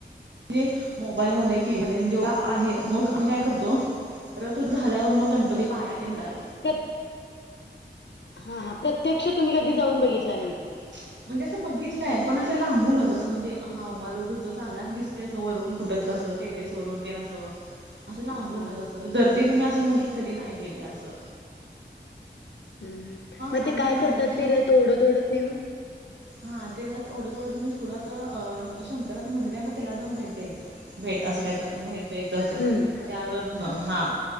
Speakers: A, on the right; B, on the left.
A: म्हणजे मोबाईल मध्ये, टी व्ही मध्ये. म्हणजे <unintelligible> आहे मग आम्ही काय करतो रथ ऊठ झाल्यावर मग, गणपती पाहाया ते पडायला.
B: प्रत्य, हा, हा. प्रत्यक्ष तुम्ही कधी जाऊन बघितला नाही ती.
A: <unintelligible> म्हणजे असं बघितलाय. पण असं लांबूनच. असं म्हणजे हा रथ उत्सव चाललाय असं दिसतयच. वरून, कुठ तर अस. टेरेस वरून ते न असं. असं लांबूनच
B: हा
A: असं दर्दीत मी असं मध कधी नाही गेले असं.
B: हम्म मग
A: आणि
B: ते काय
A: बाहेरच्या
B: करतात
A: लो
B: ते रत ओढत ओढत नेऊन.
A: हा ते रत ओढत ओढत नेऊन पुढं असं अ शंकराचं मंदिर आहे मग त्याला जाऊन भेट द्यायचं. भेट असं काही तर भेट द्यायचं असं
B: हम्म
A: त्यावरच ना हा